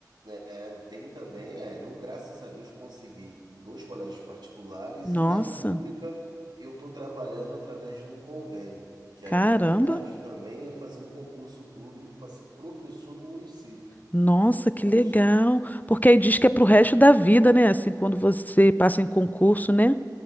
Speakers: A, on the right (about 75°); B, on the left (about 25°).
A: É, tem também, é, eu graças a Deus consegui dois colégios particulares
B: Nossa,
A: e na pública eu estou trabalhando através de um convênio, que
B: caramba.
A: a minha vontade também é fazer um concurso público para ser professor do município.
B: Nossa, que
A: Mas
B: legal. Porque aí diz que é pro resto da vida, né? Assim, quando você passa em concurso, né?